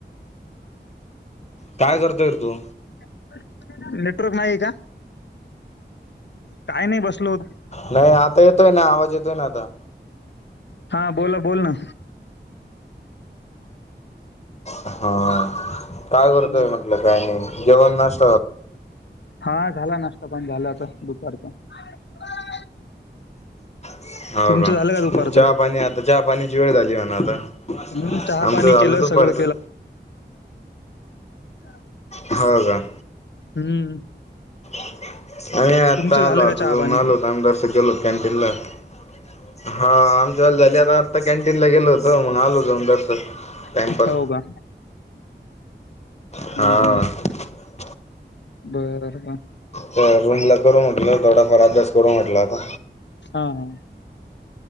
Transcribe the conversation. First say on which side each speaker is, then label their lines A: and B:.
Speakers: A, on the left; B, on the left.
A: काय? करतोय रे तु.
B: <unintelligible> नेटवर्क नाही का? काय नाही बसलो होतो.
A: नाही <inaudible> आता येतोय ना आवाज येतोय ना आता
B: हा बोला, बोल ना.
A: हा.. काय
B: हम्म.
A: करतोय? म्हटलं काय नाही? जेवणास
B: हा झाला नाष्टा पाणी झाला आता दुपारचा <unintelligible>
A: <unintelligible> हो
B: तुमचं
A: का
B: झालं दुपारचं
A: चहा पाणी <unintelligible> आता चहा पाण्याची वेळ झाली <unintelligible> म्ह ना आता
B: हम्म चहा
A: आमचं
B: पाणी
A: झालं
B: केलं
A: दुपारच
B: सगळं अ
A: ह का?
B: हम्म..
A: <unintelligible> आम्ही आत्ता
B: तुमचं झालं
A: आलो आता
B: का चहा
A: जाऊन
B: पाणी
A: आलोत <unintelligible> आमदारस गेलोत कॅन्टीनला <unintelligible> हा आमच्या वेळे झाली आता आता कॅन्टीनला गेलो होतं मग आलो <unintelligible> जाऊनंदरस टाइमपास
B: हा हो का हम्म
A: <inaudible> हा..
B: हम्म
A: <inaudible>
B: बर बर..
A: तर रूम ला करू म्हटलं ते थोडा फार अभ्यास करू, म्हटला आता.
B: हा हा!